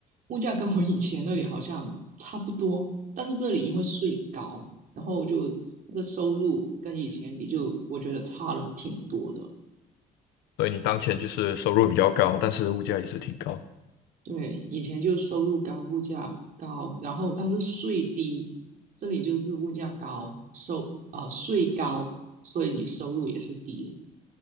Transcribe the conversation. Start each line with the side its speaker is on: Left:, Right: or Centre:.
Right: 物价跟我以前那里好像差不多，但是这里因为税高，然后就那个收入跟以前比就，我觉得差了挺多的。
Left: 所以你当前就是收入比较高，但是物价也是挺高
Right: 对，以前就收入高，物价高，然后但是税低，这里就是物价高，收啊、呃税高，所以你收入也是低了。